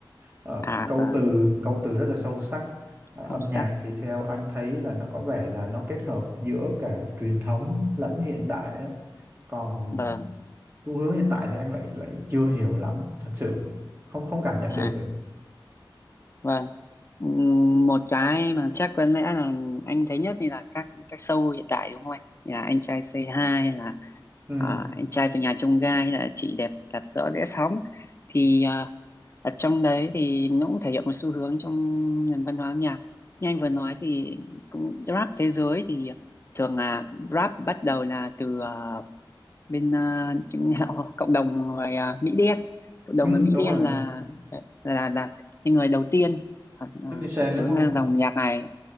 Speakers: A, on the right; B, on the left.
A: Ờ,
B: à
A: câu
B: vâng
A: từ câu từ rất là sâu sắc Ờ, âm
B: không sắc
A: nhạc thì theo anh thấy là nó có vẻ là nó kết hợp giữa cả truyền thống lẫn hiện đại đấy còn
B: vâng
A: xu hướng hiện tại thì anh lại lại chưa hiểu lắm thật sự không không cảm nhận
B: à
A: được kìa
B: vâng Ừm, một cái mà chắc có lẽ là anh thấy nhất thì là các các show hiện tại đúng không anh Thì là anh trai Say Hi hay là
A: ừ,
B: à, anh trai về nhà chông gai hay là chị đẹp đạp rõ rẽ sóng thì à, ở trong đấy thì nó cũng thể hiện một xu hướng trong nền văn hóa âm nhạc như anh vừa nói thì cũng rap thế giới thì thường là rap bắt đầu là từ à, bên à, chứng <laughs> họ, cộng đồng người à, Mỹ đen cộng đồng
A: ừ
B: người Mỹ
A: đúng
B: đen
A: rồi
B: là là là những người đầu tiên à,
A: 50 Cent
B: khởi xướng
A: đúng không
B: ra dòng nhạc này